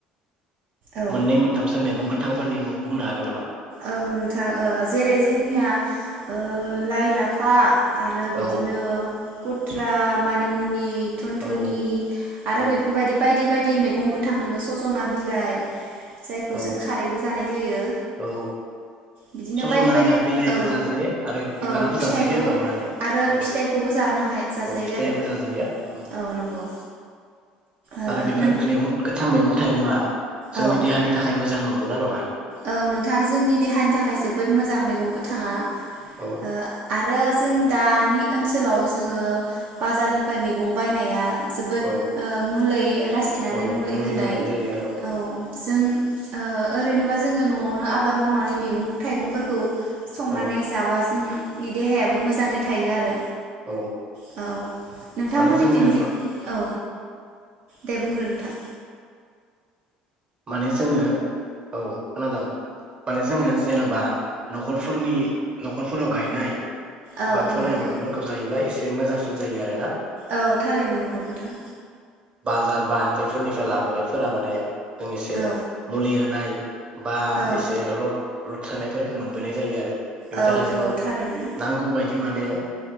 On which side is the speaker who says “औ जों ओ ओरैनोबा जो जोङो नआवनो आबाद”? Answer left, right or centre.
Right